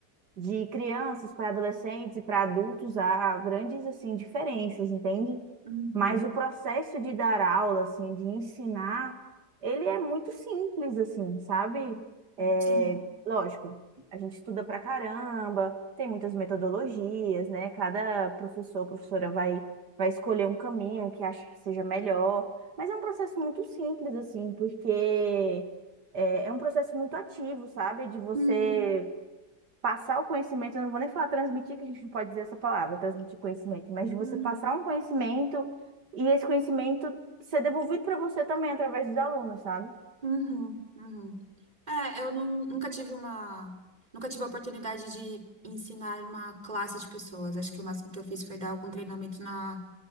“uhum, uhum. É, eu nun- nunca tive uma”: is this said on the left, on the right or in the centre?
Right